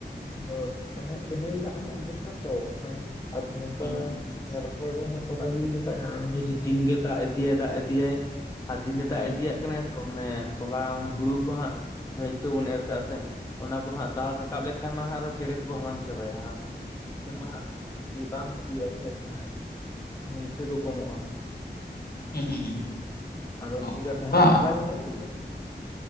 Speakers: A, on the left; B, on the left.
A: ᱦᱳᱭ ᱢᱟᱱᱮ ᱦᱟᱸᱜ ᱠᱮᱱᱮᱞ ᱫᱟᱜ ᱦᱟᱸᱜ ᱵᱷᱚᱨᱥᱟ ᱛᱚ ᱠᱷᱟᱱ ᱟᱨ ᱱᱚᱝᱠᱟ
B: ᱦᱩᱸ
A: ᱨᱚᱯᱚᱲ ᱨᱮ ᱦᱟᱸᱜ ᱛᱚᱞᱟ ᱜᱤᱲᱤ ᱞᱮᱠᱷᱟᱱ ᱦᱟᱸᱜ <unintelligible> ᱫᱤᱱ ᱜᱮ ᱫᱟᱜ ᱤᱫᱤᱭᱟᱭ ᱫᱟᱜ ᱤᱫᱤᱭᱟᱭ ᱼᱼ ᱟᱨ ᱫᱤᱱᱮ ᱫᱟᱜ
B: ᱦᱩᱸ
A: ᱤᱫᱤᱭᱟᱜ ᱠᱟᱱᱟᱭ ᱛᱚ ᱾ ᱢᱟᱱᱮ ᱛᱚᱞᱟ ᱦᱩᱲᱩ ᱠᱚ ᱦᱟᱸᱜ ᱡᱟᱦᱟᱸ ᱤᱛᱟᱹ ᱵᱚᱱ ᱮᱨ ᱠᱟᱜ-ᱟ ᱥᱮ ᱚᱱᱟ ᱠᱚᱦᱟᱸᱜ ᱫᱟᱲ ᱨᱟᱠᱟᱵ ᱠᱷᱟᱱ ᱢᱟ ᱦᱟᱸᱜ ᱟᱨᱦᱚᱸ ᱪᱮᱬᱮ ᱠᱚᱠᱚ ᱦᱟᱞᱟᱝ ᱪᱟᱵᱟᱭᱟ ᱦᱟᱸᱜ ᱾ ᱮᱱᱠᱷᱟᱹᱱ ᱢᱟ ᱦᱟᱸᱜ ᱵᱟᱝ ᱤᱭᱟᱹᱜ-ᱟ ᱥᱮ ᱢᱟᱱᱮ ᱢᱟᱱᱮ ᱤᱛᱟᱹ ᱠᱚ ᱠᱚᱢᱚᱜ-ᱟ᱾
B: ᱦᱩᱸ ᱦᱩᱸ ᱦᱩᱸ
A: ᱟᱫᱚ ᱚᱱᱟ
B: ᱚ
A: ᱪᱤᱠᱟᱹᱛᱮ ᱦᱟᱸᱜ
B: ᱵᱟᱝ
A: ᱟᱪᱷᱲᱟ ᱫᱚ ᱵᱷᱟᱞᱮ ᱜᱮᱭᱟ ᱛᱚ